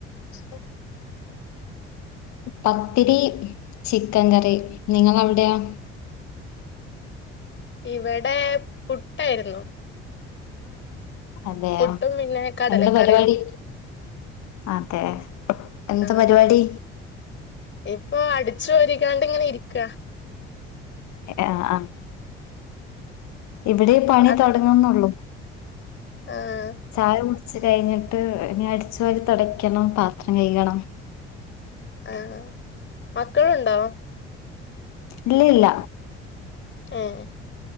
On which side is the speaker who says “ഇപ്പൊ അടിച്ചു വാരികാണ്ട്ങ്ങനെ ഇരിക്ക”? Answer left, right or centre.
Left